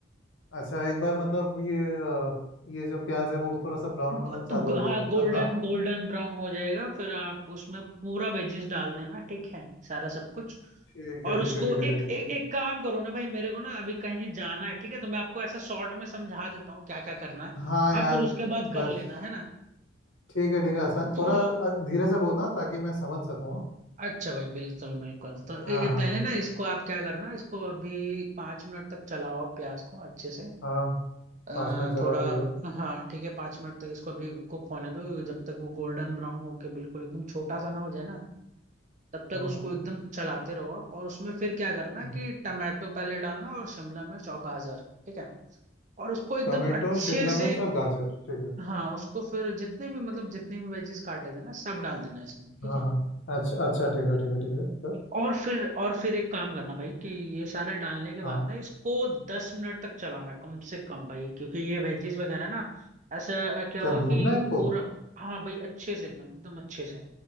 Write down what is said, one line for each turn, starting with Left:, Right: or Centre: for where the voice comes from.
Left: अच्छा एक बार मतलब ये अ, ये जो प्याज है वो थोड़ा सा ब्राउन
Right: ग-
Left: होना चालू
Right: तो ग-
Left: हो
Right: हाँ
Left: जाए
Right: गोल्डन
Left: तब ना
Right: गोल्डन ब्राउन हो जाएगा फिर आप उसमें पूरा वेजिस डाल देना ठीक है सारा सब कुछ
Left: ठीक है
Right: और उसको
Left: ठीक है ठीक
Right: एक
Left: है ठीक
Right: एक
Left: है ठीक है
Right: एक काम करो ना भाई मेरे को ना अभी कहीं जाना है ठीक है तो मैं आपको ऐसा शॉर्ट में समझा देता हूँ क्या क्या करना है
Left: हाँ
Right: आप
Left: यार
Right: फिर उसके बाद
Left: बस
Right: कर लेना है ना
Left: ठीक है ठीक है आसान
Right: तो
Left: थोड़ा
Right: हाँ
Left: अ, धीरे से बोलना ताकि मैं समझ सकूँ
Right: अच्छा भाई बिल्कुल बिल्कुल तो
Left: हाँ
Right: ये ये
Left: हाँ
Right: पहले
Left: हाँ
Right: ना इसको आप क्या करना इसको अभी पाँच मिनट तक चलाओ आप प्याज को अच्छे से
Left: हाँ
Right: अ,
Left: पाँच मिनट चला
Right: थोड़ा
Left: ठीक है
Right: हाँ ठीक है पाँच मिनट तक इसको अभी कुक होने दो जब तक वो गोल्डन ब्राउन होके बिल्कुल एकदम छोटा सा ना हो जाए ना तब तक
Left: हम्म
Right: उसको एकदम चलाते रहो आप और उसमें फिर क्या करना
Left: हम्म।
Right: कि टमाटो पहले डालना और शिमला मिर्च और गाजर ठीक है और उसको एकदम
Left: टमाटो
Right: अच्छे
Left: शिमला
Right: से
Left: मिर्च और गाजर ठीक है
Right: हाँ उसको फिर जितने भी मतलब जितने भी वेजेस काटे थे ना सब डाल देना इसमें ठीक
Left: हाँ
Right: है
Left: हाँ अच्छा अच्छा ठीक है ठीक है ठीक है फिर
Right: और फिर और फिर एक काम करना भाई कि ये सारे डालने के बाद
Left: हाँ
Right: ना इसको दस मिनट तक चलाना कम से कम भाई क्योंकि ये वेजीज वगैरह ना ऐसा अ, क्या
Left: क्या
Right: होगा
Left: भूनना
Right: कि
Left: है इनको
Right: पूरा हाँ भाई अच्छे से एकदम एकदम अच्छे से